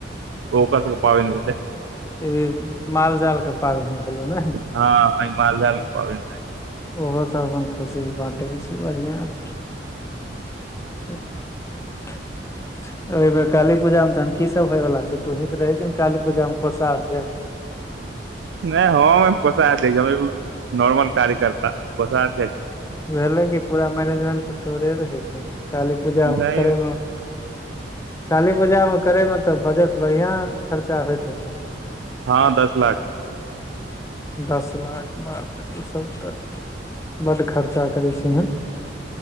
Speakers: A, on the right; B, on the left.
A: ओकर सबके पाबनि भेलै
B: ई माल जाल के पाबनि भेलौह नै
A: हँ ह ई माल जाल के पाबनि मे
B: ओहो सब अपन खुशी के बाँटे के छै बढ़िया छै ह <unintelligible> एबेर काली पूजा मे तहन की सब होयवला छै तूहीं तऽ रहै छीहीन काली पूजामे कोसा अध्यकछ
A: नै हम पोसा अध्यक्ष नॉर्मल कार्य्यकर्ता कोसा अध्यक्ष
B: भेलै कि पूरा मैनेजमेंट तऽ थोरे रहै छौ काली पूजा
A: नहि
B: करैमे काली पूजामे करैमे तऽ बजट बढ़िआं खर्चा होत हेतैऽ
A: हँ दस लाख
B: दस लाख बापरे तू सब तऽ बड्ड खर्चा करै छी एँ